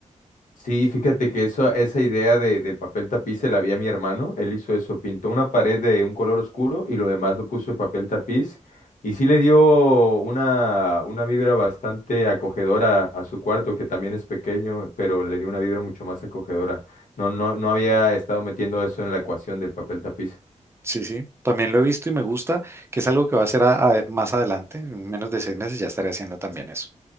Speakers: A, on the left; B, on the right.
A: Sí, fíjate que eso, esa idea de- del papel tapiz se la vi a mi hermano. Él hizo eso, pintó una pared de un color oscuro y lo demás lo puso de papel tapiz. Y sí le dio una, una vibra bastante acogedora a su cuarto, que también es pequeño, pero le dio una vibra mucho más acogedora. No, no, no había estado metiendo eso en la ecuación del papel tapiz.
B: Sí, sí, también lo he visto y me gusta, que es algo que va a hacer a- a- más adelante, en menos de seis meses ya estaré haciendo también eso.